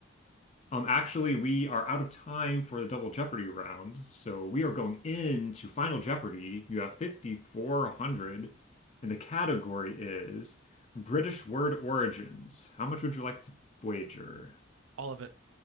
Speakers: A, on the left (about 35°); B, on the right (about 90°).
A: Um, actually, we are out of time for the Double Jeopardy round, so we are going into Final Jeopardy. You have 5,400, and the category is British word origins. How much would you like to wager?
B: all of it.